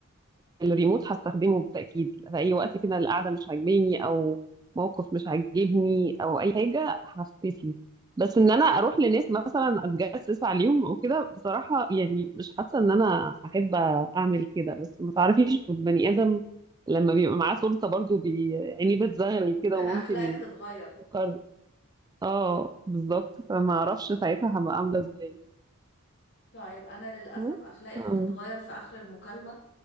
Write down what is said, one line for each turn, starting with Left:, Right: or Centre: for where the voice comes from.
Right: الريموت هستخدمه بالتأكيد في أي وقت كده القعدة مش عاجباني أو موقف مش عاجبني أو أي حاجة هختفي بس إن أنا أروح لناس مثلا أتجسس عليهم أو كده بصراحة يعني مش حاسة إن أنا هحب أعمل كده بس ما تعرفيش البني آدم لما بيبقى معاه سلطة برضو بي يعني بتزغلل
Left: ممكن
Right: كده وممكن
Left: اخلاقك تتغير
Right: يقرر اه بالظبط فما أعرفش
Left: مم.
Right: ساعتها هبقى عاملة إزاي
Left: طيب انا للأسف
Right: بس،
Left: اخلاقي
Right: اه
Left: هتتغير في اخر المكالمة